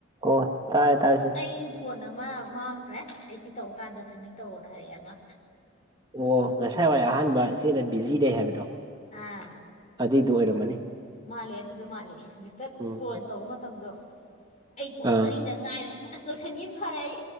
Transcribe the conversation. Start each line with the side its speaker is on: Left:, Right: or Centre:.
Right: ꯑꯣ ꯇꯥꯏꯔꯦ ꯇꯥꯏꯁꯦ
Left: ꯑꯩ ꯐꯣꯟ ꯑꯃ ꯃꯥꯡꯈ꯭ꯔꯦ ꯑꯩꯁꯤ ꯇꯧ ꯀꯥꯟꯗ ꯁꯃꯤꯠ ꯇꯧꯅ ꯍꯥꯏꯔꯛꯑꯦ ꯑꯃ
Right: ꯑꯣ ꯉꯁꯥꯏ ꯋꯥꯏ ꯑꯍꯥꯟꯕ ꯁꯤꯅ ꯕꯤꯖꯤꯗꯩ ꯍꯥꯏꯕꯗꯣ
Left: ꯑꯥ
Right: ꯑꯗꯨꯏꯗꯣ ꯑꯣꯏꯔꯝꯃꯅꯤ
Left: ꯃꯥꯜꯂꯦ ꯑꯗꯨꯗ ꯃꯥꯂꯦ ꯍꯧꯖꯤꯛꯇ
Right: ꯎꯝ
Left: ꯀꯣꯜ ꯇꯧꯕ ꯃꯇꯝꯗꯣ ꯑꯩ ꯀꯣꯟ
Right: ꯑꯥ
Left: ꯃꯔꯤꯗ ꯉꯥꯏꯔꯦ ꯑꯁ ꯂꯣꯏꯁꯟꯒꯤ ꯐꯔꯦ ꯑꯩ